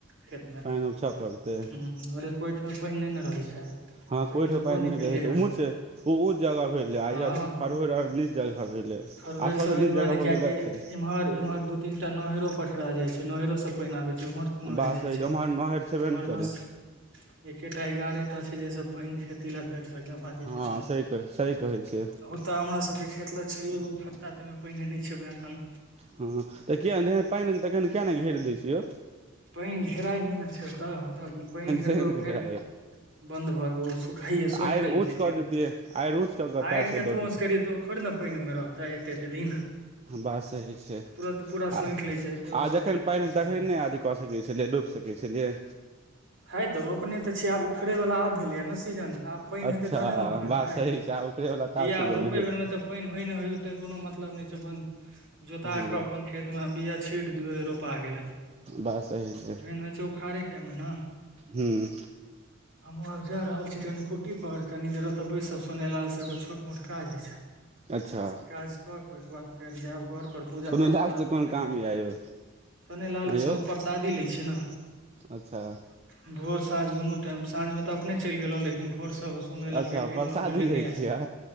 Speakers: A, on the right; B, on the right.
A: खेत मे
B: पानि
A: ह
B: उपछऽ पड़तै
A: हमर त ओहिठमा पानि नहि ने रहै छै
B: हँ
A: पानि
B: कोई ठ
A: भेबो
B: पाइन नहि
A: केलै
B: रहे
A: एहि
B: छै
A: बेर
B: ऊंच ऊच जगह भेल आइर
A: हँ
B: खरहोइर आओरनीच जगह भेलै आ
A: खरहरि
B: सबसँ
A: सब एहि
B: नीच
A: दुआरे
B: जगह
A: कियाकि
B: हो गेलै अथी
A: इम्हर इम्हर दू तीनटा नहरो पकरा जाय छै नहरो सब पानि आबै छै ओम्हर कुन नहैर
B: बात
A: जाइ
B: सही
A: छै
B: ओम्हर नहर छेबे
A: ओम्हर
B: ने करै
A: बस एकेटा एगारहे टा छै जेहिस पानि खेती लए भेट सकय बकी
B: हँ
A: किछु
B: सही सही कहै छियै
A: नहि ओतऽ हमरा सब के खेत ले छै एगो खता ते मे पइने नहि छै एखन
B: हँ तऽ कियाक नहि जखन पानि होइ छै तखन किया नहि घेर दै छ यौ
A: पानि घेराय नहि ने छै ओतय ओतय पानि घेरबौ
B: से नहि
A: फेर
B: घेराइ
A: बन्द भ सुखाइए सोखे
B: आड़ि
A: लेतै
B: ऊँच
A: खेते
B: कऽ देतियै आड़ि ऊँच कऽ कऽ
A: आइड़
B: टाइप कऽ
A: केतबो
B: दऽ देतियै
A: उच करिय तो खोड़ ने पानि मे रहताै एते एते दिन
B: बात सही छै
A: तुरत पूरा सोखि
B: आ
A: लै छै एते ओ
B: आ
A: सब
B: जखन
A: खेत
B: पानि छै तख
A: से
B: ने कऽ सकै छलियै डुबि सकै छलियै
A: हइ तऽ रोपने तऽ छी आब उखड़ैवला आब भेलैया ने सीजन त आब पानि
B: अच्छा
A: हेतै तहने ने फड़तै
B: बात सही छै आ ओकरे वला तऽ
A: बिआ
B: आब सीजन
A: रोपै
B: हेत
A: बेरमे त पानि होइ नहि होइ ओते कोनो मतलब नहि छै अपन जोता
B: हँ
A: क अपन खेत मे बया छीट दियौ रोपा गेल
B: बस सही छै
A: मेन होइ छै उखारे टाइम मे ने
B: हूँ
A: हमहूँ आब जाय रहल छी कनि कुटी पर कनि देर ओतऽ बैस सुनेलाल से एगो छोट मोट काज होइ छै
B: अच्छा
A: से काज क के ओहिके बाद फेर जायब घर पर पूजा
B: पुनलाल
A: पाठ करब
B: से कोन
A: फेना
B: काम य यौ
A: सोने लाल
B: आँ यौ
A: सब परसादी लय छियै‌ न‌भोर
B: अच्छा
A: साझ‌ दुनु टाइम साँझमे तऽ अपने चलि गेलहुँ लेकिन भोरसँ सोनय लालके
B: अच्छा
A: कहि
B: परसादी
A: देलहुँ त लेने
B: लै
A: आयल
B: छियै